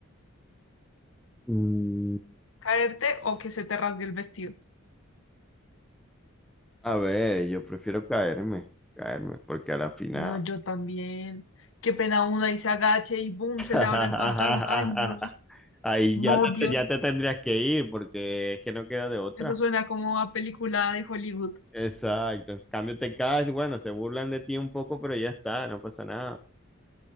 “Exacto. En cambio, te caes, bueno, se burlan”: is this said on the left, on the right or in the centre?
Centre